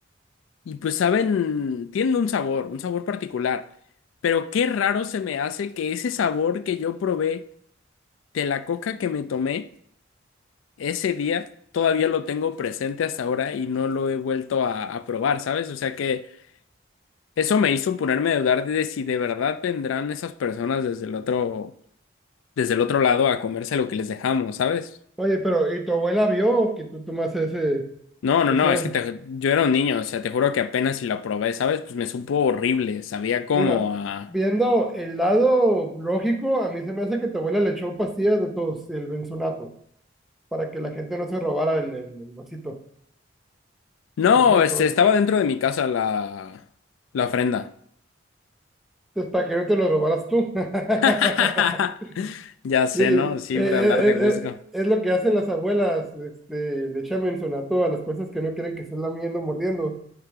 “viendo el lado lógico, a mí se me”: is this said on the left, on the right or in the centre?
Centre